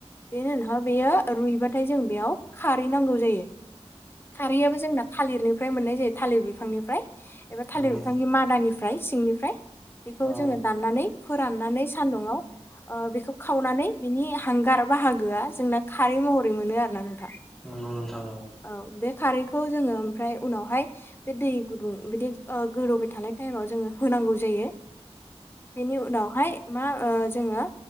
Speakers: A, on the left; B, in the centre.
A: बेनि उनाव बेयो रुइबाथाय जों बेयाव खारै नांगौ जायो। खारैयाबो जोंना थालिरनिफ्राय मोननाय जायो। थालिर बिफांनिफ्राय एबा थालिर
B: नंगौ
A: बिफांनि मादानिफ्राय सिंनिफ्राय बेखौ
B: औ
A: जोङो दाननानै, फोराननानै सान्दुङाव बेखौ खावनानै बिनि हांगार बाहागोआ जोंना खारै महरै मोनो आरो ना नोंथां।
B: नंगौ नोंथां
A: औ बे खारैखौ जोङो, ओमफ्राय उनावहाय बे दै गुदुं बिदि गोदौबाय थानाय टाइमाव जोङो होनांगौ जायो। बेनि उनावहाय मा ओ जोङो